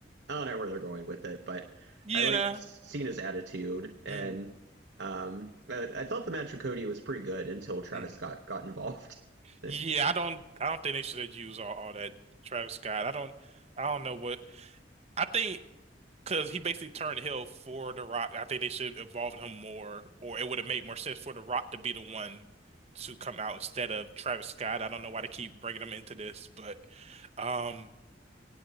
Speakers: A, on the right; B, on the right.
A: I don't know where they're going with it. But
B: Yeah.
A: I liked seeing his attitude, and
B: Mm.
A: um, I, I thought the match with Cody was pretty good until Travis
B: Mm.
A: Scott got involved. <laughs> Then
B: Yeah, I don't I don't think they should have used all, all that Travis Scott. I don't I don't know what I think Because he basically turned Hill for The Rock. I think they should involve him more, or it would have made more sense for The Rock to be the one to come out instead of Travis Scott. I don't know why they keep bringing him into this, but um,